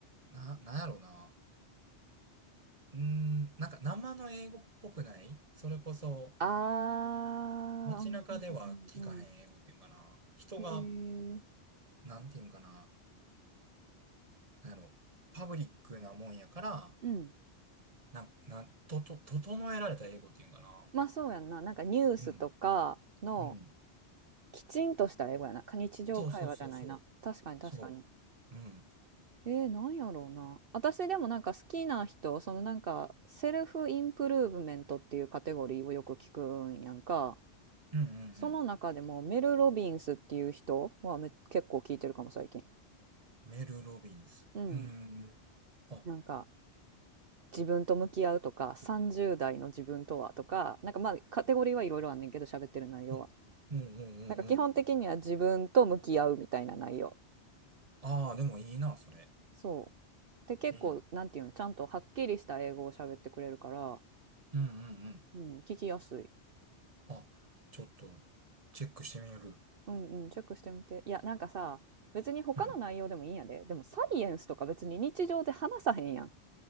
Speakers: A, on the right (about 30°); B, on the right (about 55°).
A: な、なんやろな。うーん、なんか生の英語っぽくないそれこそ、
B: ああ、
A: 街中では聞かへん英語っていうんかな。
B: うんうんうんうん。
A: 人が、
B: へえ。
A: なんていうんかな。なんやろ、パブリックなもんやから、
B: うん。
A: なん、なん、と、と、整えられた英語っていうんかな。
B: ま、あそうやんな。なんかニュースとかの
A: うん。うん。
B: きちんとした英語やな。か日常会話じゃないな。
A: そうそうそうそう。
B: 確かに確かに。
A: そう。うん。
B: えー、なんやろうな。私でもなんか好きな人、そのなんかセルフインプルーブメントっていうカテゴリーをよく聞くんやんか。
A: うんうんうん。
B: その中でもメル・ロビンスっていう人はめ結構聞いてるかも最近。
A: メル・ロビンス。
B: うん。
A: うん。あ、
B: なんか自分と向き合うとか30代の自分とはとかなんかまあカテゴリーはいろいろあんねんけど喋ってる内容は
A: うん。うんうんうんうん。
B: なんか基本的には自分と向き合うみたいな内容
A: ああ、でもいいな、それ。
B: そうで結構なんていうのちゃんとはっきりした英語を喋ってくれるから、
A: うん。うんうんうん。
B: うん、聞きやすい
A: あ、ちょっと、チェックしてみる。
B: うんうんチェックしてみていやなんかさ別に他の内容でもいいんやででもサイエンスとか別に日常で話さへんやん
A: うん。